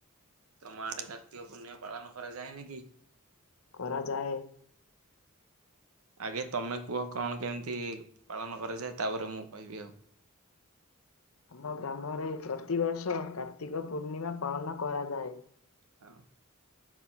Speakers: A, on the right (about 80°); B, on the left (about 70°).
A: ତୁମ ଆଡେ କାର୍ତିକ ପୂର୍ଣ୍ଣିମା ପାଳନ କରାଯାଏନିକି?
B: କରାଯାଏ।
A: ଆଗେ ତମେ କୁହ କଣ କେମିତି ପାଳନ କରାଯାଏ ତାପରେ ମୁଁ କହିବି ଆଉ।
B: ଆମ ଗ୍ରାମରେ ପ୍ରତିବର୍ଷ କାର୍ତ୍ତିକ ପୂର୍ଣ୍ଣିମା ପାଳନ କରାଯାଏ।
A: ହଁ।